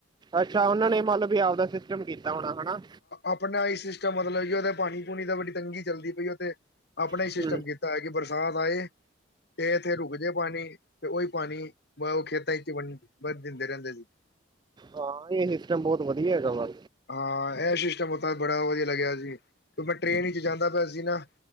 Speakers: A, on the right; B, on the left.
A: ਅੱਛਾ ਉਹਨਾਂ ਨੇ <unintelligible> ਵੀ ਆਪਦਾ ਸਿਸਟਮ ਕੀਤਾ ਹੋਣਾ ਹੈਨਾ?
B: ਆਪਣਾ ਹੀ ਸਿਸਟਮ ਮਤਲਬ ਕਿ ਉਹਦਾ ਪਾਣੀ ਪੂਣੀ ਦਾ ਬੜੀ ਤੰਗੀ ਚੱਲਦੀ ਪਈ ਉਹ, ਤੇ ਆਪਣਾ ਹੀ
A: ਹੂੰ
B: ਸਿਸਟਮ ਕੀਤਾ ਤਾ ਐ ਕਿ ਬਰਸਾਤ ਆਏ ਤੇ ਇੱਥੇ ਰੁਕ ਜੇ ਪਾਣੀ ਤੇ ਉਹੀ ਪਾਣੀ ਵਾ ਉਹ ਖੇਤਾਂ ਚ ਵੰ ਦਿੰਦੇ ਰਹਿੰਦੇ ਸੀ।
A: ਹਾਂ ਇਹ ਸਿਸਟਮ ਬਹੁਤ ਵਧੀਆ ਹੈਗਾ ਵਾ
B: ਹਾਂ ਇਹ ਸਿਸਟਮ ਓਥੇ ਦਾ ਬੜਾ ਵਧੀਆ ਲੱਗਿਆ ਸੀ ਕਿ ਮੈਂ ਟ੍ਰਰੇਨ ਵਿੱਚ ਜਾਂਦਾ ਪਿਆ ਸੀ ਨਾ